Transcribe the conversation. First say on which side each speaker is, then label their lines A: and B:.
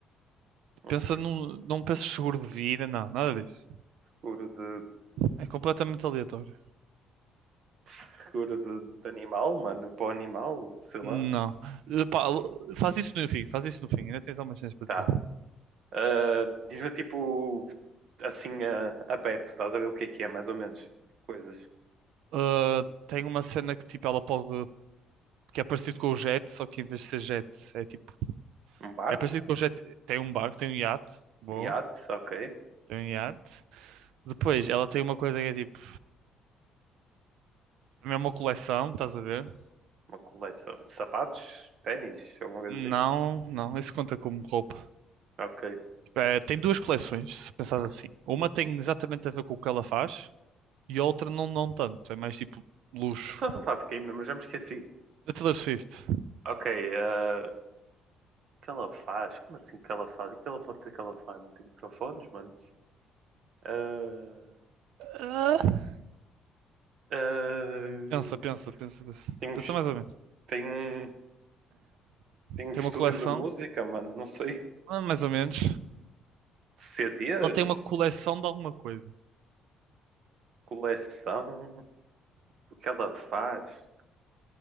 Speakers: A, on the right; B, on the right.
A: Um
B: Pensa
A: seguro
B: num, não penses seguro de vida, não, nada disso.
A: de,
B: É completamente aleatório.
A: seguro de, de animal, mano, para o animal, sei
B: Não.
A: lá.
B: Eh, pá, faz isso no fim, faz isso no fim, ainda tens algumas cenas para
A: Tá.
B: dizer.
A: Ah, diz-me, tipo, assim, ah, aberto, estás a ver o que é que é, mais ou menos. Coisas.
B: Ah, tem uma cena que tipo, ela pode. que é parecido com o jet, só que em vez de ser jet, é tipo.
A: Um barco?
B: É parecido com o jet. Tem um barco, tem um iate, boa,
A: Yates, ok.
B: tem um iate. Depois, ela tem uma coisa que é tipo. Também é uma coleção, estás a ver?
A: Uma coleção. Sapatos? Ténis? Alguma coisa assim?
B: Não, não, isso conta como roupa.
A: Ok.
B: Eh, tem duas coleções, se pensares assim. Uma tem exatamente a ver com o que ela faz e a outra não, não tanto. É mais tipo luxo.
A: Estás a falar de game, mas já me esqueci.
B: Da Taylor Swift.
A: Ok, ah, o que ela faz? Como assim que ela faz? O que ela pode ter que ela faz? Mano, tem microfones, mano. Ah,
B: Ah.
A: ah,
B: Pensa, pensa, pensa, pensa.
A: tem um,
B: Pensa
A: es-
B: mais ou menos.
A: tem um, tem um
B: Tem
A: estúdio
B: uma coleção,
A: de música, mano. Não sei.
B: ah, mais ou menos.
A: CDs?
B: Ela tem uma coleção de alguma coisa.
A: Coleção? O que ela faz?